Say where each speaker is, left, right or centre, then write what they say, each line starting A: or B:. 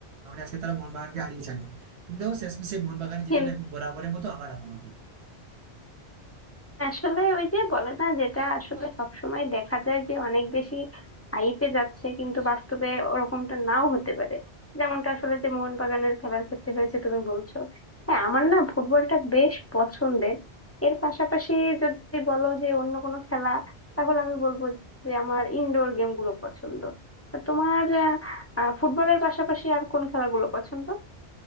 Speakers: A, on the right (about 80°); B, on the left (about 25°).
A: মানে আজকে তারা মোহনবাগানকে হারিয়ে ছাড়বে কিন্তু দেখো শেষমেশে মোহনবাগান জিতলো
B: হুম।
A: এবং বরাবরের মতো আবার হারালো
B: আসলে ওই যে বলে না যেটা আসলে সবসময় দেখা যায় যে অনেক বেশি হাইপে যাচ্ছে কিন্তু বাস্তবে ওরকমটা নাও হতে পারে যেমনটা আসলে যে মোহনবাগানের খেলার ক্ষেত্রে হয়েছে তুমি বলছো হ্যাঁ আমার না ফুটবলটা বেশ পছন্দের এর পাশাপাশি যদি বলো যে অন্য কোনো খেলা তাহলে আমি বলবো যে আমার ইনডোর গেমগুলো পছন্দ তো তোমার আহ, আহ, ফুটবলের পাশাপাশি আর কোন খেলাগুলো পছন্দ